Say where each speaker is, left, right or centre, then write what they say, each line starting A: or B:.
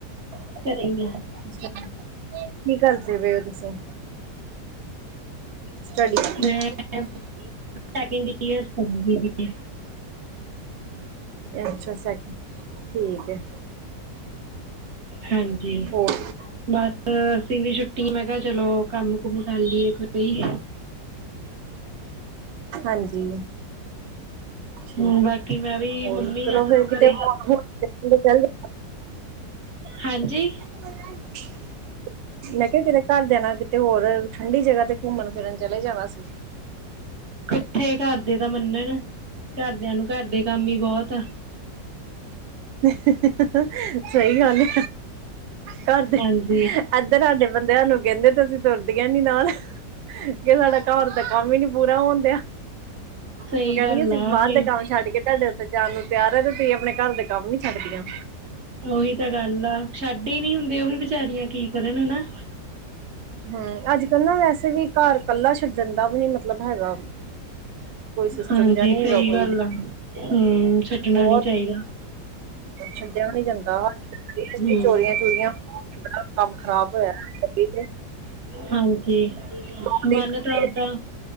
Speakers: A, on the right (about 55°); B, on the right (about 90°).
A: ਘਰ ਗਏ।
B: ਕੀ ਕਰਦੇ ਪਏ ਹੋ ਤੁਸੀਂ। ਸਟੱਡੀ
A: ਮੈਂ ਪੈਕਿੰਗ ਕੀਤੀ।
B: ਅੱਛਾ ਸੈਕ ਠੀਕ ਹੈ।
A: ਹਾਂਜੀ।
B: ਹੋਰ
A: ਬਸ ਅਸੀਂ ਵੀ ਛੁੱਟੀ ਮੈਂ ਕਿਹਾ ਚਲੋ ਕੰਮ ਕੁਮ ਕਰ ਲਈ‌ ਕੋਈ।
B: ਹਾਂਜੀ। ਠੀਕ
A: ਹੂੰ ਬਾਕੀ ਮੈਂ ਵੀ
B: ਹੋਰ
A: ਮੰਮੀ
B: ਚਲੋ
A: ਨਾਲ
B: ਫੇਰ ਕਿਤੇ
A: ਘਰੇ
B: ਹੋ।
A: ਹੱਥ
B: ਚੱਲ।
A: ਹਾਂਜੀ।
B: <unintelligible> ਮੈਂ ਕਿਹਾ ਕਿਤੇ ਘਰਦਿਆਂ ਨਾਲ ਕਿਤੇ ਹੋਰ ਠੰਡੀ ਜਗ੍ਹਾ ਤੇ ਘੁੰਮਣ ਫਿਰਨ ਚਲੇ ਜਾਣਾ ਸੀ।
A: ਕਿੱਥੇ ਘਰਦੇ ਤਾਂ ਮੰਨਣ ਘਰਦਿਆਂ ਨੂੰ ਘਰਦੇ ਕੰਮ ਹੀ ਬਹੁਤ ਆ।
B: ਸਹੀ ਗੱਲ ਆ ਘਰ
A: ਹਾਂਜੀ
B: ਦੇ। ਇੱਧਰ ਸਾਡੇ ਬੰਦਿਆਂ ਸ ਨੂੰ ਕਹਿੰਦੇ ਅਸੀਂ ਤੁਰਦੀਆਂ ਨਾਲ। ਕਿ ਸਾਡਾ ਘਰ ਦਾ ਕੰਮ ਹੀ ਨੀ ਪੂਰਾ ਹੋਣ ਦਿਆ।
A: ਸਹੀ
B: ਉਹ ਕਹਿਣ
A: ਗੱਲ
B: ਅਸੀਂ
A: ਆ
B: ਬਾਹਰ
A: ਵੀ
B: ਦੇ ਕੰਮ ਛੱਡ ਕੇ ਤੁਹਾਡ ਜਾਨ ਨੂੰ ਤਿਆਰ ਹੈ ਤੇ ਤੁਸੀਂ ਆਪਣੇ ਘਰ ਦੇ। ਕਬ ਨੀ ਛੱਡਦੀਆਂ।
A: ਉਹੀ ਤਾਂ ਗੱਲ ਆ ਛੱਡ ਹੀ ਨਹੀਂ ਹੁੰਦੇ ਉਹ ਵੀ ਬਚਾਰੀਆਂ ਕੀ ਕਰਨ ਹਨਾ।
B: ਹਮ ਅੱਜ ਕੱਲ੍ਹ ਨਾ ਵੈਸੇ ਵੀ ਘਰ ਕੱਲਾ ਛੱਡਣ ਦਾ ਵੀ ਨੀ ਮਤਲਬ ਹੈਗਾ। ਕੋਈ ਸਿਸਟਮ
A: ਹਾਂਜੀ
B: ਜਿਹਾ ਨਹੀਂ ਹੈਗਾ
A: ਸਹੀ
B: ਕੋਈ
A: ਗੱਲ
B: ਵੀ
A: ਆ ਹਮ ਛੱਡਣਾ
B: ਬਹੁਤ
A: ਨੀ ਚਾਹੀਦਾ।
B: ਛੱਡਿਆ ਵੀ ਨ ਜਾਂਦਾ
A: ਹਮ
B: ਚੋਰੀਆਂ -ਚੋਰੀਆਂ। ਕੰਮ ਖ਼ਰਾਬ ਹੋਇਆ ਤੇ।
A: ਹਾਂਜੀ
B: ਦੋ ਤਿੰਨ
A: ਮਨ ਤਾਂ ਉਦਾਂ